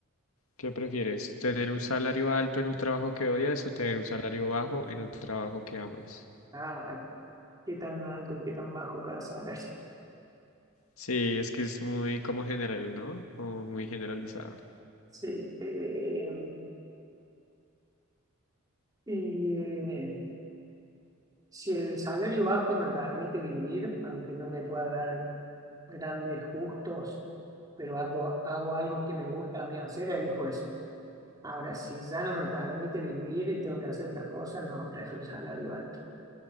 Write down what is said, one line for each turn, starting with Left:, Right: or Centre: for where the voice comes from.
Left: ¿Qué prefieres? ¿Tener un salario alto en un trabajo que odias o tener un salario bajo en un trabajo que amas?
Right: ah, ¿qué tan alto y qué tan bajo cada salario? <laughs>
Left: Sí, es que es muy como general, ¿no? Como muy generalizado.
Right: Sí, eh, y eh, si el salario bajo me permite vivir, aunque no me pueda dar grandes gustos, pero algo, hago algo que me gusta a mí hacer, elijo eso. Ahora, si ya no me permite vivir y tengo que hacer otras cosas, no, prefiero el salario alto.